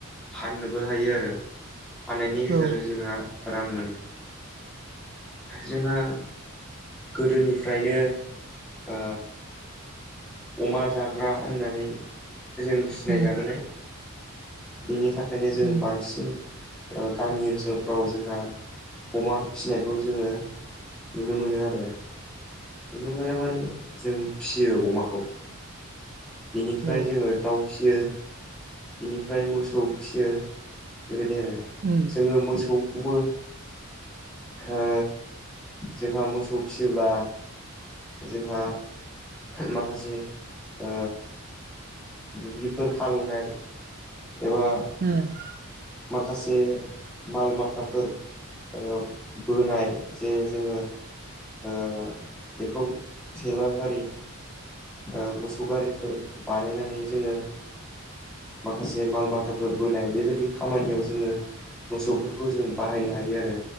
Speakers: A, in the centre; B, on the right (about 40°).
A: फाननोबो हायो आरो फाननायनि गेजेरजों
B: औ
A: जोंहा रां मोनो जोंहा गोदोनिफ्रायनो ओ अमा जाग्रा होननानै जों सिनायजाबोनाय
B: उम
A: बिनि थाखायनो जों
B: उम
A: बांसिन ओ गामि ओनसोलफ्राव जोंहा अमा फिसिनायखौ जोङो नुनो मोनो आरो नुनो मोनो माने जों फियो अमाखौ बिनिफ्राय
B: औ
A: जोङो दाउ फिसियो बिनिफ्राय मोसौ फियो बेबायदि आरो
B: उम
A: जोङो मोसौ बखौबो ओ जोंहा मोसौ फिसियोब्ला जोंहा माखासे ओ दुब्लिफोर हाल एवनाय एबा
B: उम
A: माखासे माल माथाफोर ओ बोनाय जे जोङो ओ बेखौ थेलाबारि ओ मोसौ गारिफोर बानायनानै जोङो माखासे माल माथाफोर बोनाय बेबायदि खामानियाव जोङो मोसौफोरखौ जों बाहायनो हायो आरो।